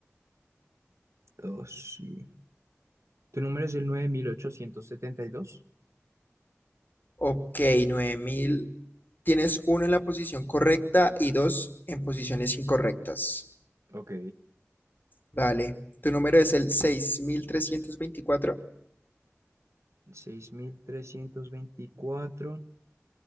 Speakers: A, on the right; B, on the left.
A: dos, sí. ¿Tu número es el 9872?
B: Ok, 9000. Tienes uno en la posición correcta y dos en posiciones incorrectas.
A: Ok.
B: Dale. Tu número es el seis mil trescientos veinticuatro.
A: 6324.